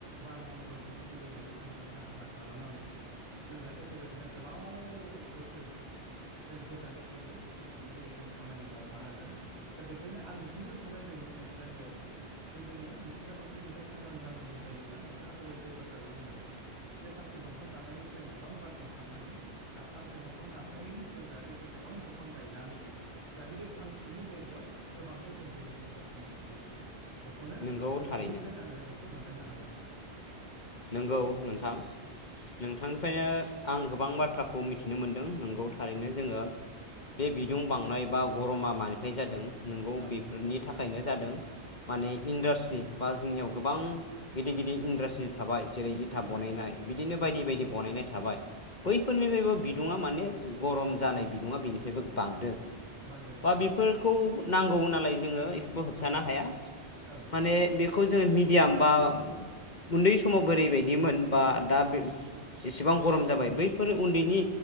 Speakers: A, on the right; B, on the left.
A: बार मण्डलखौ जेरै हायो जों साबना हाबना खालामनानै जों जाहाथे फैबाय दिनै गोलाव बोसोर जेन जोरनानै थायो जों बिनि थाखाय जों खामानि मावफानांगोन। दा बेखायनो आं बेखौसो सानो दिनैनि थासारियाव जे जोङो मिथिं फारसे जोोबोर सांग्रां जानांगौ जायोब्ला नोंथाङा दहाय जाय बाथ्राखौ बुंदों जे फसे दंफां दाननायनि सिगां गोबां बार जों साननांगोन आरो फांसे दंफां दानफायनायनि सिगां जाहाथे जों गोबां दंफां गायनानै जाहाथे बे फांसेनि जायगायाव गोबांथार जों बेनिफिट जासिननो हायो। बेखौनो
B: नंगौ
A: नोंथांनिफ्राय
B: थारैनो
A: आङो बेखौ मोनदांनो हाबाय।
B: नंगौ नोंथां। नोंथांनिफ्रायनो आं गोबां बाथ्राखौ मिथिनो मोनदों नंगौ थारैनो जोङो बे बिदुं बांनाय बा गरमा मानि नाय जादों नंगौ
A: ओं
B: बेफोरनि
A: नंगौ नोंथां
B: थाखायनो जादों माने
A: औ
B: इन्डास्ट्रि बा जोंनियाव गोबां गिदिर गिदिर इन्डास्ट्रि थाबाय जेरै इथा
A: फैबाय
B: बनायनाय
A: ओं
B: बिदिनो
A: गायसनजाबाय
B: बायदि बायदि
A: ओं
B: बनायनाय थाबाय बैफोरनिफ्राय बिदुङा माने गरम जानाय बिदुङा बिनिफ्रायबो बांदो
A: बांदों बांदों
B: बा बेफोरखौ नांगौ नालाय जोङो बेखौबो होबथानो
A: ओं
B: हाया
A: ओं
B: माने बे बे खौ जोङो मिडियाम बा उन्दै समाव बोरैबायदिमोन बा दा बे एसेबां गरम जाबाय बैफोर उन्दैनि